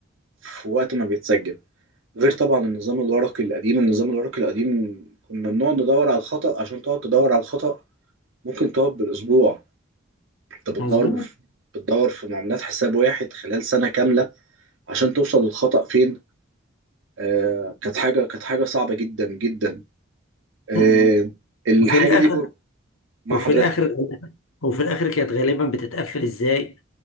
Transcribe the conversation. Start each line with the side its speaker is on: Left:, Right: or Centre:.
Right: في وقت ما بيتسجل غير طبعا النظام الورقي القديم النظام الورقي القديم كنا بنقعد ندور على الخطأ عشان تقعد تدور على الخطأ ممكن تقعد بالأسبوع أنت بتدور
Left: مظبوط
Right: بف... بتدور في معاملات حساب واحد خلال سنة كاملة عشان توصل للخطأ فين آه كانت حاجة كانت حاجة صعبة جدا جدا آه
Left: م- م.
Right: الحاجة
Left: وفي الاخر
Right: دي ب... مع
Left: وفي
Right: حضرتك
Left: الاخر وفي الاخر كانت غالبا بتتقفل ازاي